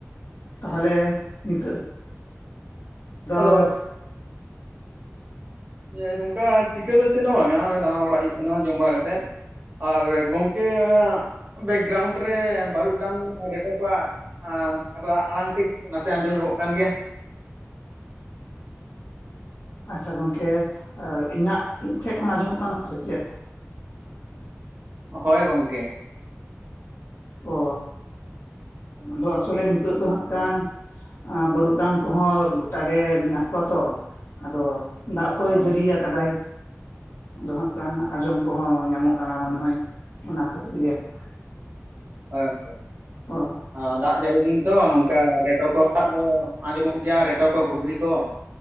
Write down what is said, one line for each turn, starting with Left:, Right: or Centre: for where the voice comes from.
Left: ᱛᱟᱦᱚᱞᱮ ᱱᱤᱛᱚᱜ ᱫᱚ
Right: ᱟᱫᱚ ᱮᱸᱫ ᱚᱱᱠᱟ ᱪᱤᱠᱟᱹ ᱫᱚ ᱪᱮᱫ ᱦᱚᱸ ᱵᱟᱝᱟ ᱫᱟᱬᱟ ᱵᱟᱲᱟ ᱦᱩᱭᱩᱜ ᱠᱟᱱᱟ ᱡᱚᱢ ᱵᱟᱲᱟ ᱠᱟᱛᱮᱫ ᱾ ᱟᱨ ᱜᱚᱝᱠᱮ ᱚᱱᱟ ᱵᱮᱠᱜᱨᱟᱣᱩᱱᱰ ᱨᱮ ᱵᱟᱹᱨᱩᱜ ᱰᱟᱝ ᱨᱮᱴᱚ ᱠᱚᱣᱟᱜ ᱟᱸ ᱨᱟᱜ ᱟᱲᱟᱝ ᱴᱤᱡ ᱱᱟᱥᱮ ᱟᱸᱡᱚᱢ ᱧᱚᱜᱚᱜ ᱠᱟᱱ ᱜᱮᱭᱟ ᱾
Left: ᱟᱪᱪᱷᱟ ᱜᱚᱝᱠᱮ ᱤᱧᱟᱹᱜ ᱤᱧ ᱴᱷᱮᱡ ᱠᱷᱚᱱ ᱟᱸᱡᱚᱢᱚᱜ ᱠᱟᱱᱟ ᱥᱮ ᱪᱮᱫ?
Right: ᱦᱳᱭ ᱜᱚᱝᱠᱮ ᱾
Left: ᱚ, ᱟᱫᱚ ᱟᱥᱚᱞᱮ ᱱᱤᱛᱚᱜ ᱫᱚ ᱦᱟᱸᱜ ᱠᱟᱱ ᱵᱟᱹᱨᱩᱜ ᱰᱟᱝ ᱠᱚᱦᱚᱸ ᱜᱚᱴᱟ ᱜᱮ ᱢᱮᱱᱟᱜ ᱠᱚᱣᱟ ᱛᱚ ᱟᱫᱚ ᱫᱟᱜ ᱠᱚᱭ
Right: ᱦᱳᱭ
Left: ᱡᱟᱹᱨᱤᱭᱟ ᱟᱠᱟᱫᱟᱭ ᱟᱫᱚ ᱦᱟᱸᱜ ᱠᱟᱱ ᱟᱸᱡᱚᱢ ᱠᱚᱦᱚᱸ ᱧᱟᱢᱚᱜ ᱠᱟᱱᱟ ᱢᱚᱱᱮ ᱦᱚᱭ ᱾ ᱚᱱᱟ ᱠᱷᱟᱛᱤᱨ ᱜᱮ ᱾
Right: ᱦᱳᱭ᱾ <unintelligible>
Left: ᱚ ᱾
Right: ᱟᱸ ᱫᱟᱜ ᱡᱟᱹᱲᱤ ᱫᱤᱱ ᱛᱚ ᱱᱚᱝᱠᱟ ᱨᱮᱴᱚ ᱠᱚᱣᱟᱜ ᱫᱚ ᱟᱸᱡᱚᱢᱚᱜ ᱜᱮᱭᱟ ᱨᱮᱴᱚ ᱠᱚ, ᱜᱷᱩᱜᱽᱨᱤ ᱠᱚ